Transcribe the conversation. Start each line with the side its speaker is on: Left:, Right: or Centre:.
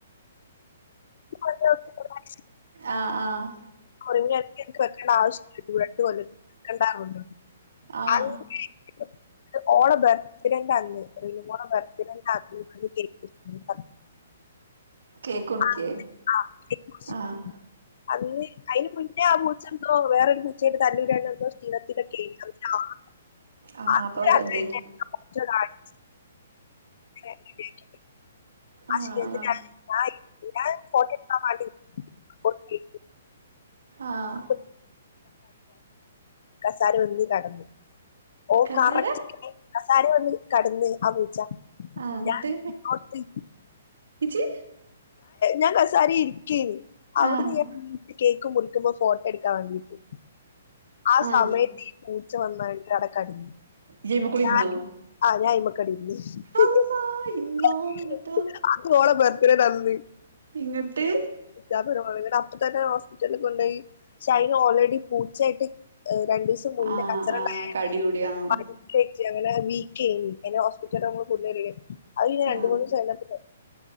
Left: <unintelligible>
Right: ആഹ് ആഹ്
Left: <unintelligible> എടക്കെടക്ക് വെക്കേണ്ട ആവശ്യല്ലല്ലോ രണ്ട് കൊല്ലം <unintelligible>
Right: ആഹ്
Left: ഓളെ ബർത്ത്ഡേൻ്റന്ന് റിനു മോളെ ബർത്ത്ഡേന്റന്ന് ഇവള് കേക്ക് മുറിച്ചിരുന്നു.
Right: കേക്ക്റുക്ക്യേ
Left: ആ- ആ, മുറിച്ചിരുന്നു.
Right: ആഹ്
Left: അന്ന് അയിന് മുന്നേ ആ പൂച്ചെന്തോ വേറൊരു പൂച്ചായിട്ട് തല്ലൂടിയാണ്ട് എന്തോ ശീണത്തിലൊക്കേനി <unintelligible>
Right: ആഹ്
Left: അന്ന്
Right: അപ്പൊ
Left: രാത്രിന്നെ
Right: എന്തേക്കും
Left: <unintelligible> <unintelligible> <unintelligible>
Right: ആഹ്
Left: ഞാൻ ഫോട്ടോട്ക്കാം മാണ്ടി കോട്ത്തിനി
Right: ആഹ്
Left: <unintelligible> കസാല വന്ന് കെടന്ന് ഓഹ്
Right: കസേര
Left: കറക്റ്റ് ടൈം കസാര വന്ന് കെടന്ന് ആഹ് പൂച്ച
Right: ആഹ് ഇങ്ങട്ട്
Left: ഞാൻ <unintelligible>
Right: ഇജ്ജ്
Left: ഞാൻ കസാരേ ഇരിക്കേനി അവ്ടുന്ന്
Right: ആഹ്
Left: ഞാനെണീറ്റ് കേക്ക് മുറിക്കുമ്പോ ഫോട്ടോട്ക്കാം വാണ്ടിട്ട് ആ
Right: ആഹ്
Left: സമയത്ത് ഈ പൂച്ച വന്നാണ്ട് അവ്ടെ കെടന്ന്
Right: ഇജ്ജ് അയ്മ്മേ കൂടി
Left: ഞാന്
Right: ഇരുന്നോ
Left: ആഹ് ഞാൻ അയിമക്കണ്ട് ഇര്ന്ന് <unintelligible>
Right: അള്ളാ ഇന്നോ ഇങ്ങട്ടോ
Left: ഓളെ ഭർത്ത്ഡേന്ന് <unintelligible>
Right: ഇങ്ങട്ട്
Left: <unintelligible> അപ്പ തന്നെ ഹോസ്പിറ്റല് കൊണ്ടേയി ഷെ അയിന് ഓൾറെഡി പൂച്ചയായിട്ട് രണ്ടുസം മുന്നെ
Right: ആഹ്
Left: കച്ചറണ്ടായാണ്ട്
Right: ആഹ് കടികൂടി ആഹ്
Left: <unintelligible> <unintelligible> വീക്കേനീ അയ്നെ ഹോസ്പിറ്റല് <unintelligible> കഴിഞ് രണ്ട്,
Right: ആഹ്
Left: മൂന്നീസം കഴിഞ്ഞപ്പം